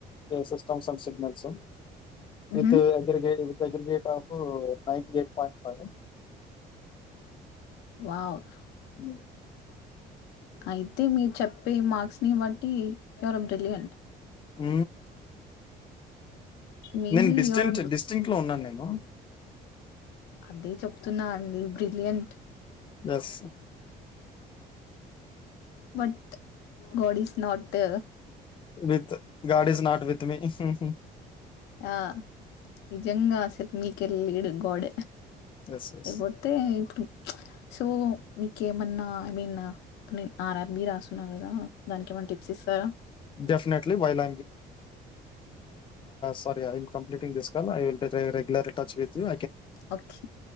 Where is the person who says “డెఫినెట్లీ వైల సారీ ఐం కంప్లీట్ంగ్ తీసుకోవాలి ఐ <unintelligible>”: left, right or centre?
Left